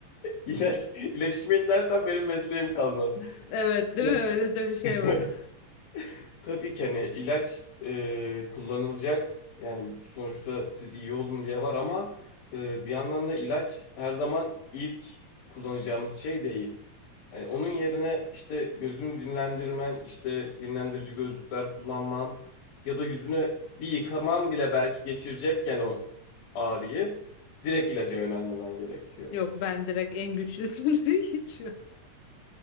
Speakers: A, on the left; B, on the left.
A: ilaç <laughs> ilaç içmeyin dersen benim mesleğim kalmaz.
B: <laughs> Evet, değil
A: Ya,
B: mi? Öyle de bir şey
A: <laughs>
B: var.
A: Tabii ki hani ilaç e, kullanılacak. Yani sonuçta siz iyi olun diye var ama e, bir yandan da ilaç her zaman ilk kullanacağımız şey değil. Hani onun yerine işte gözünü dinlendirmen, işte dinlendirici gözlükler kullanman ya da yüzüne bir yıkaman bile belki geçirecekken o ağrıyı direkt ilaca yönelmemen gerekiyor.
B: Yok ben direkt en güçlüsünü <laughs> içiyorum.